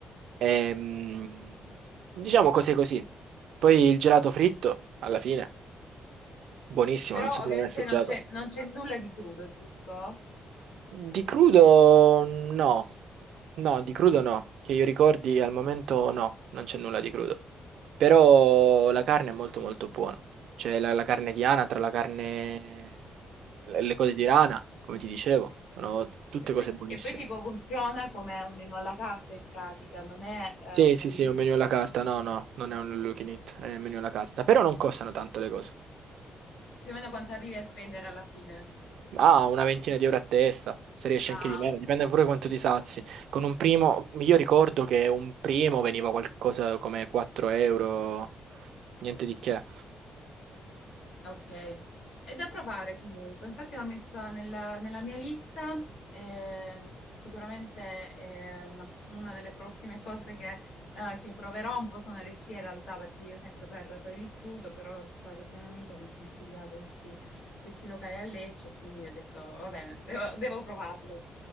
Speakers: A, on the right; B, on the left.
A: Ehm, diciamo cose così. Poi il gelato fritto, alla fine, buonissimo,
B: Però
A: non so se
B: ovviamente
A: l'hai mai assaggiato.
B: non c'è non c'è nulla di crudo, giusto?
A: Di crudo no, no, di crudo no, che io ricordi al momento no, non c'è nulla di crudo. Però la carne è molto molto buona. C'è la, la carne di anatra, la carne, le le cose di rana, come ti dicevo, sono tutte
B: E poi,
A: cose buonissime.
B: e poi tipo funziona come un menù alla carta in pratica, non è eh,
A: Sì,
B: un
A: sì,
B: all you
A: sì,
B: can
A: è un menu
B: eat.
A: alla carta, no, no, non è un all you can eat, è un menu alla carta, però non costano tanto le cose.
B: Più o meno quanto arrivi a spendere alla fine.
A: Ah, una ventina di euro a testa, se riesci
B: Ah,
A: anche di meno,
B: ok,
A: dipende
B: ok.
A: pure quanto ti sazi. Con un primo, io ricordo che un primo veniva qualcosa come 4 euro, niente di che.
B: Ok, è da provare comunque. Infatti l'ho messa nella, nella mia lista, eh, sicuramente è una, una delle prossime <laughs> cose che, eh, che proverò. Un po' sono restia in realtà perché io sempre per, per il crudo, però c'è stata questa mia amica che mi ha consigliato questi, questi locali a Lecce e quindi ho detto va bene, devo devo provarlo.